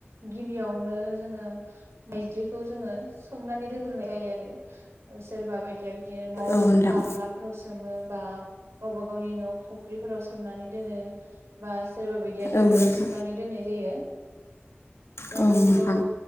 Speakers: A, on the right (about 85°); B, on the left (about 80°).
A: गिबियावनो जोङो माइज्लिखौ जोङो सोमनानै दोनग्रोनाय जायो आरो सोरबा बायदिया बिदि बिदिनो न'आवनो
B: औ नोंथां
A: गामलाफोरावसो सोमो बा गावबा गावनि न' फुख्रिफोराव सोमनानै दोनो बा सोरबा बायदिया दैमायाव
B: औ नोंथां
A: सोमनानै दोननाय जायो जोङो
B: औ नोंथां
A: बेखौ